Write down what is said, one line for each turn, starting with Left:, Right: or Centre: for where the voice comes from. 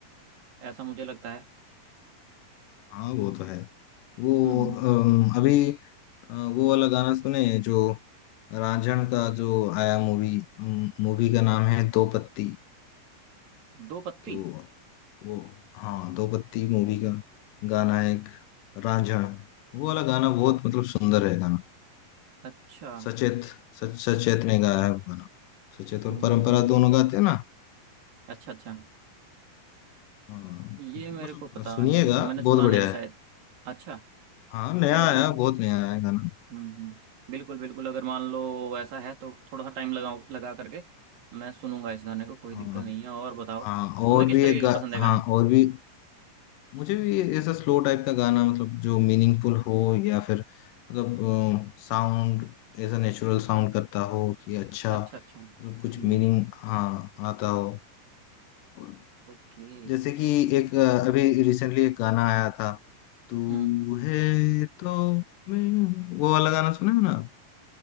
Right: ऐसा मुझे लगता है
Left: हाँ वो तो है वो
Right: हम्म
Left: अम, अभी अ, वो वाला गाना सुने जो रांझण का जो आया मूवी मूवी का नाम है दो पत्ती
Right: दो पत्ती
Left: तो वो हाँ दो पत्ती मूवी का गाना है एक रांझण वो वाला गाना बहुत मतलब सुंदर है गाना
Right: अच्छा
Left: सचेत सच सचेत ने गाया है वो गाना सचेत और
Right: हम्म
Left: परंपरा दोनों गाते हैं ना
Right: अच्छा अच्छा
Left: हाँ
Right: ये मेरे
Left: मतलब
Right: को पता
Left: सुनिएगा
Right: नहीं मैंने
Left: बहुत
Right: सुना
Left: बढ़िया
Right: नहीं शायद
Left: है
Right: अच्छा
Left: हाँ नया
Right: चलो
Left: आया
Right: बिल्कुल
Left: बहुत नया आया है गाना
Right: हम्म हम्म, बिल्कुल बिल्कुल अगर मान लो ऐसा है तो थोड़ा सा टाइम लगाओ लगा करके मैं सुनूंगा इस गाने को कोई
Left: हाँ
Right: दिक्कत नहीं है और बताओ
Left: हाँ
Right: तुम्हें
Left: और
Right: किस
Left: भी
Right: तरीके
Left: एक
Right: के
Left: गा
Right: पसंद है
Left: हाँ
Right: गाने
Left: और भी मुझे भी ऐसा स्लो टाइप का गाना मतलब जो मीनिंगफुल हो या फिर मतलब साउंड ऐसा नेचुरल साउंड करता हो कि अच्छा
Right: अच्छा
Left: मतलब
Right: अच्छा हम्म
Left: कुछ मीनिंग हाँ आता हो और
Right: ओके
Left: जैसे कि एक अ, अभी रिसेंटली एक गाना आया था तू
Right: हम्म
Left: है तो मैं हूँ", वो वाला गाना सुना है ना